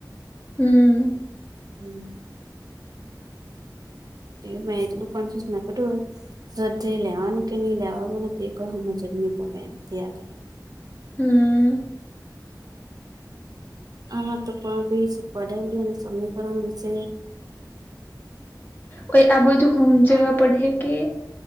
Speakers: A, on the left; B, on the right.
A: હમ
B: હમ તટ કોન્ફ્યસ મેં કીધું સ્વાધ્યાય લેવાનું કે નહીં લેવાનુ અને તે કંઈ સમજ જ નહીં પડે તે થીયા કરે.
A: હમ્મ.
B: આમાં તો પણ બ પદાલલી અને સમીકરણ વિશે
A: ગયા બધું હમજાવ્યા પઢહે‌ કે